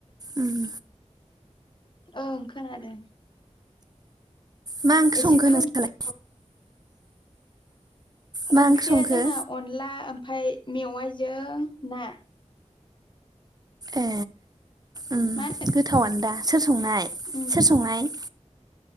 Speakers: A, on the right (about 30°); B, on the left (about 40°).
A: उम
B: ओं खोनादों
A: मा ओंख्रि
B: एसे
A: संखो
B: खोमथ
A: नोंसालाय मा
B: ओंख्रिया
A: ओंख्रि संखो
B: जोंना अनला ओमफाय मेवाइजों ना
A: ए उम
B: मा
A: गोथावनो दा सोर संनाय
B: उम
A: सोर संनाय